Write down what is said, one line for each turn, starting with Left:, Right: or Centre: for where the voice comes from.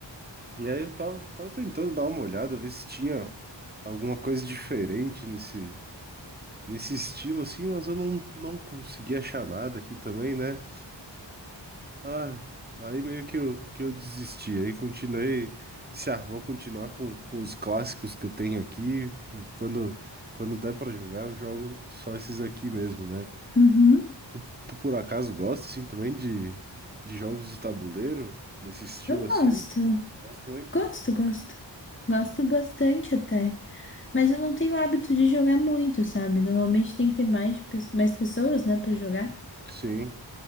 Right: E aí eu tava, tava tentando dar uma olhada, ver se tinha alguma coisa diferente nesse, nesse estilo, assim, mas eu não, não consegui achar nada aqui também, né? Ah, aí meio que eu, que eu desisti, aí continuei, disse, ah, vou continuar com, com os clássicos que eu tenho aqui, e quando, quando der pra jogar, eu jogo só esses aqui mesmo, né?
Left: Uhum.
Right: Tu, tu por acaso gosta, assim, também de, de jogos de tabuleiro, nesse estilo,
Left: Eu
Right: assim?
Left: gosto,
Right: Gosto também?
Left: gosto, gosto. Gosto bastante até. Mas eu não tenho hábito de jogar muito, sabe? Normalmente tem que ter mais, pe- mais pessoas, né, pra jogar.
Right: Sim.